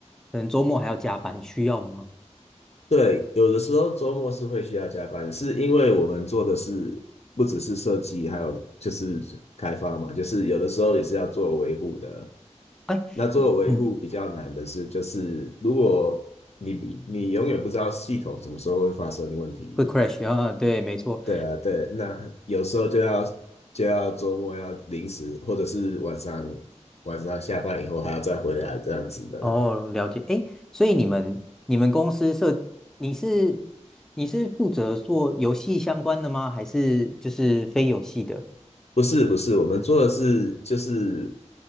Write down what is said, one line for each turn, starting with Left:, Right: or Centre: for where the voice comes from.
Centre: 可能周末还要加班，需要吗？
Left: 对，有的时候周末是会需要加班，是因为我们做的是不只是设计，还有就是开发嘛，就是有的时候也是要做维护的。
Centre: 哎。
Left: 那做维护比较难的是，
Centre: 嗯
Left: 就是如果你你永远不知道系统什么时候会发生问题，
Centre: 会 crash <laughs> 啊，对，没错。
Left: 对啊，对，那有时候就要就要周末要临时，或者是晚上晚上下班以后还要再回来这样子的。
Centre: 哦，了解。诶，所以你们你们公司设你是你是负责做游戏相关的吗？还是就是非游戏的？
Left: 不是不是，我们做的是就是